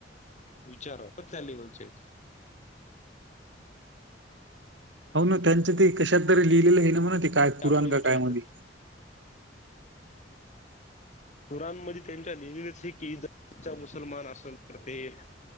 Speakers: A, on the left (about 40°); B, on the right (about 80°).
A: विचार अ त्या लेवलचे
B: हो ना त्यांच ते कशातार लिहिलेलं हाय ना म्हण ते काय कुराण
A: आपले
B: का
A: विचार
B: काय
A: आहेत
B: मध्ये. <unintelligible>
A: कुरानमध्ये त्यांच्या लिहिलेलंच हाय की सच्चा मुसलमान असल तर ते अ